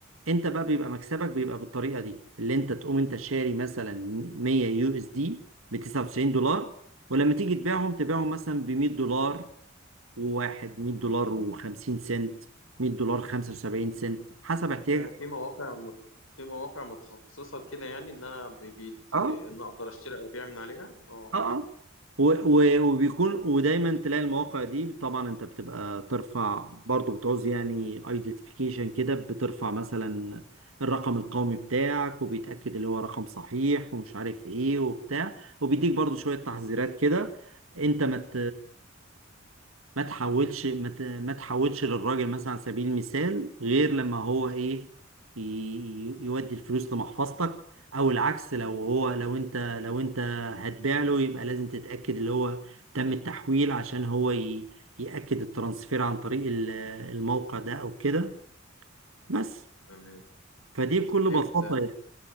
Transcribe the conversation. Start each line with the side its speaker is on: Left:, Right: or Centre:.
Right: انت بقى بيبقى مكسبك بيبقى بالطريقه دي اللي انت تقوم انت شاري مثلا 100 يو اس دي ب 99 دولار ولما تيجي تبيعهم تبيعهم مثلا ب 100 دولار وواحد 100 دولار و50 سنت 100 دولار 75 سنت حسب احتياجك
Left: يعني في مواقع مت- في مواقع متخصصة كده يعني ان انا بي- بيدي
Right: اه
Left: بي- ان اقدر اشتري او ابيع من عليها اه
Right: اه
Left: اه
Right: و و وبيكون ودايما تلاقي المواقع دي طبعا انت بتبقى ترفع برضو بتعوز يعني ايدنتيفيكيشن كده بترفع مثلا الرقم القومي بتاعك وبيتأكد اللي هو رقم صحيح ومش عارف ايه وبتاع وبيديك برضو شوية تحذيرات كده انت ما مت... ما تحولش ما, ت... ما تحولش للراجل مثلا على سبيل المثال غير لما هو ايه ي... ي- يودي الفلوس لمحفظتك او العكس لو هو لو انت لو انت هتبيع له يبقى لازم تتأكد اللي هو تم التحويل عشان هو ي... يأكد الترانسفير عن طريق ال- الموقع ده أو كده بس
Left: تمام
Right: فدي بكل
Left: فهمت
Right: بساطة يعني